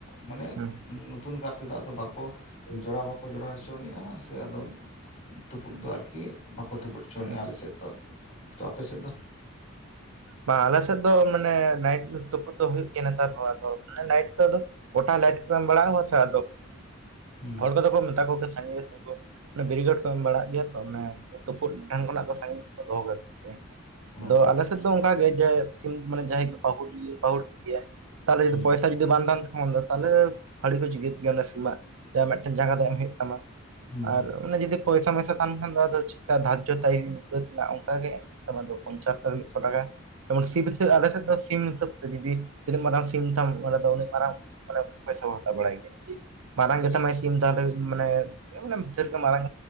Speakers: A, on the left (about 30°); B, on the right (about 80°).
A: ᱢᱟᱱᱮ
B: ᱦᱩᱸ
A: <inaudible> ᱟᱨ ᱛᱮᱫᱚ ᱟᱫᱚ ᱵᱟᱠᱚ ᱡᱚᱲᱟᱣ ᱵᱟᱠᱚ ᱡᱚᱲᱟᱣ ᱦᱚᱪᱚᱱᱤᱡᱼᱟ ᱥᱮ ᱟᱫᱚ ᱛᱩᱯᱩᱫ ᱫᱚ ᱟᱨᱠᱤ ᱵᱟᱠᱚ ᱛᱩᱵᱩᱫ ᱦᱚᱪᱚᱟᱱᱤᱡᱼᱟ
B: ᱦᱩᱸ
A: ᱟᱞᱮ ᱥᱮᱫ ᱫᱚ, ᱛᱚ ᱟᱯᱮ ᱥᱮᱫ ᱫᱚ?
B: ᱵᱟᱝ ᱟᱞᱮ ᱥᱮᱫ ᱫᱚ ᱢᱟᱱᱮ ᱱᱟᱭᱤᱴ ᱛᱩᱯᱩᱫ ᱫᱚ ᱦᱳᱭᱳᱜ ᱜᱮᱭᱟ ᱱᱮᱛᱟᱨ ᱦᱚᱸ ᱟᱫᱚ ᱟᱱᱮ ᱱᱟᱭᱤᱴ ᱫᱚ ᱜᱚᱴᱟ ᱞᱟᱭᱤᱴ ᱠᱚ ᱮᱢ ᱵᱟᱲᱟᱜᱼᱟ ᱥᱮ ᱟᱫᱚ
A: ᱦᱩᱸ
B: ᱦᱚᱲ ᱠᱚ ᱫᱚ ᱠᱚ ᱢᱮᱛᱟ ᱠᱚ ᱥᱟᱺᱜᱤᱧ ᱨᱮ ᱛᱮᱜᱳ ᱵᱮᱨᱤᱠᱮᱴ ᱮᱢ ᱵᱟᱲᱟᱜ ᱜᱮᱭᱟ ᱛᱚ ᱢᱟᱱᱮ ᱛᱩᱯᱩᱫ ᱴᱷᱮᱱ ᱠᱷᱚᱱᱟᱜ ᱫᱚ ᱥᱟᱺᱜᱤᱧ ᱠᱚ ᱫᱚᱦᱚ ᱠᱟᱜᱚ ᱜᱮᱭᱟ, ‌ᱟᱫᱚ
A: ᱟᱪᱪᱷᱟ ᱟᱪᱪᱷᱟ
B: ᱟᱞᱮ ᱥᱮᱫ ᱫᱚ ᱚᱝᱠᱟ ᱜᱮ ᱡᱮ ᱥᱤᱢ ᱢᱟᱱᱮ ᱡᱟᱦᱟᱸᱭ ᱜᱮ ᱯᱟᱹᱦᱩᱲᱤᱭᱟᱹ ᱯᱟᱦᱩᱲ ᱠᱚ ᱜᱮᱭᱟ, ᱛᱟᱦᱞᱮ
A: ᱦᱩᱸ
B: ᱯᱚᱭᱥᱟ ᱡᱩᱫᱤ ᱵᱟᱝ ᱛᱟᱦᱮᱱ ᱛᱟᱢᱟ ᱛᱟᱦᱞᱮ ᱯᱷᱟᱲᱤ ᱠᱚ ᱪᱤᱜᱟᱹᱫ ᱠᱮᱭᱟ ᱥᱤᱢᱟᱜ ᱢᱤᱫᱴᱮᱱ ᱡᱟᱸᱜᱟ ᱫᱚ ᱮᱢ ᱦᱳᱭᱳᱜ ᱛᱟᱢᱟ᱾
A: ᱦᱩᱸ ᱦᱩᱸ
B: ᱟᱨ ᱚᱱᱮ ᱡᱩᱫᱤ ᱯᱚᱭᱥᱟ ᱢᱚᱭᱥᱟ ᱛᱟᱦᱮᱱ ᱠᱷᱟᱱ ᱫᱚ ᱟᱫᱚ ᱪᱮᱠᱟ ᱫᱟᱨᱡᱚ ᱛᱟᱦᱮ ᱠᱟᱹᱛ ᱨᱮᱱᱟᱜ ᱚᱝᱠᱟ ᱜᱮ ᱮᱢ ᱢᱮ, ᱥᱮ ᱟᱢᱟᱜ ᱫᱚ ᱢᱤᱫᱥᱚ ᱴᱟᱠᱟ, ᱡᱮᱢᱚᱱ ᱥᱤᱢ ᱦᱤᱥᱟᱹ ᱟᱞᱮ ᱥᱮᱫ ᱫᱚ ᱥᱤᱢ ᱦᱤᱥᱟᱹᱵ ᱛᱮ ᱡᱩᱫᱤ ᱛᱤᱱᱟᱹᱜ ᱢᱟᱨᱟᱝ ᱥᱤᱢ ᱛᱟᱢ ᱟᱞᱮᱫᱚ ᱩᱱᱟᱹᱜ ᱢᱟᱨᱟᱝ ᱯᱚᱭᱥᱟ ᱦᱟᱛᱟᱣ ᱵᱟᱲᱟᱭ ᱜᱮᱭᱟ ᱢᱟᱨᱟᱝ
A: ᱟᱪᱪᱷᱟ
B: ᱜᱮᱛᱟ
A: ᱟᱪᱪᱷᱟ
B: ᱢᱟᱭ ᱥᱤᱢ ᱛᱟᱦᱚᱞᱮ ᱢᱟᱱᱮ ᱢᱟᱱᱮ ᱥᱮᱨᱚᱠᱚᱢ ᱢᱟᱨᱟᱝ